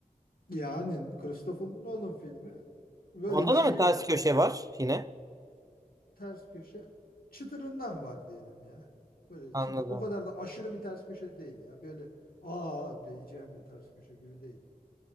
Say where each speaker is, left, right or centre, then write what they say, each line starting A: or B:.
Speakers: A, on the left; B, on the right.
A: Yani Christopher Nolan filmi böyle
B: Onda
A: bir şey
B: da mı
A: yok.
B: ters köşe var yine?
A: ters köşe çıtırından var diyelim ya. Böyle
B: Anladım.
A: çıtır, o kadar da aşırı bir ters köşe değil ya. Böyle aa diyeceğim bir ters köşe gibi değil.